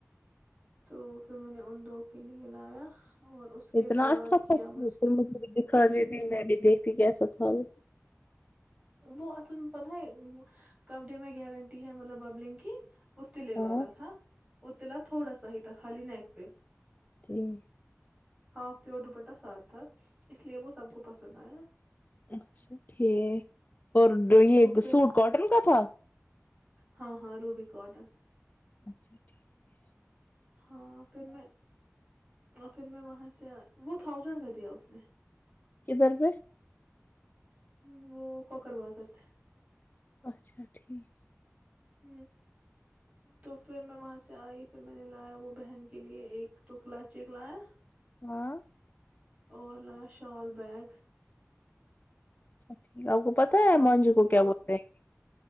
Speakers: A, on the right; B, on the left.
A: تو پھر میں نے ان دو کے لیے لایا اور اس کے
B: اتنا
A: بعد
B: اچھا ک
A: کیا مجھے
B: مجھے ہاں جی تی میںبھی دیکھتی کیسا تھا ابھی
A: وہ اصل میں پتہ ہے کپ ڈے میں گارنٹی ہے مطلب ببلنگ کی اور تلے
B: ہاں
A: والا تھا اور تلا تھوڑا سا ہی تھا خالی نیک پ
B: تین
A: ہاں پیور دوپٹہ ساتھ تھا اس لیے وہ سب کو پسند آیاا
B: اچھا ٹھیک اور جو یہ
A: تو پھر
B: سوٹ کاٹن کا
A: سٹ
B: تھا
A: ہاں ہاں روب کاٹن
B: اچھا ٹھیک ہے
A: ہاں پھر میں اور پھر میں وہاں سے وہ تھاؤزینڈ کا دیا اس نے
B: کدھر پہ
A: ہ وہ کوکر بازر سے
B: اچھا ٹھیک
A: ہ تو پھر میں وہاں سے آئی پھر میں نے لایا وہ بہن کے لیے ایک تو کلا چیک لایا
B: ہاں
A: اور لایا شال بیگ
B: اچھا ٹھیک ا کو پتا ہے
A: تھا
B: منجو
A: وہ
B: کو
A: بھی
B: کیا بولتے ہیں